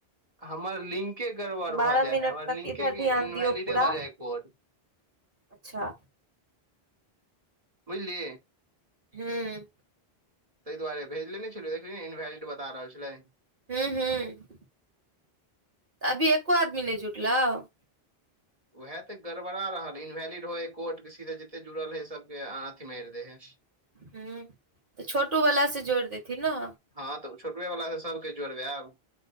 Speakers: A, on the right; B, on the right.
A: हमर लिंके गड़बड़ भऽ
B: बारह
A: जाइ
B: मिनट
A: हय हमर
B: तक
A: लिंके
B: इधर ध्यान
A: इनवैलिडे
B: दियौ पूरा
A: भऽ जाइ हय कोड।
B: अच्छा
A: बुझलि?
B: हूँ
A: ताहि दुआरे भेजले नहि छलियै देखलिही ने इनवैलिड बता रहल छलै।
B: हूं हूं अभी एको आदमी नहि जुटलव?
A: उएह तऽ गड़बड़ा रहल इनवैलिड होइ हय कोड के सीधे जते जुड़ल है सबके अथी मारि दै हई।
B: हू तऽ छोटू वला से जोड़ देथि ने।
A: हँ तऽ छोटूवे वालासे सबके जोरबय आब।